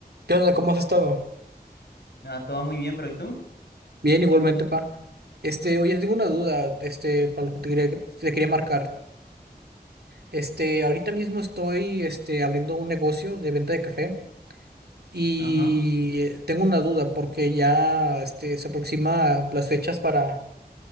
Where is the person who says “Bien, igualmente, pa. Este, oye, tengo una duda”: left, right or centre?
Right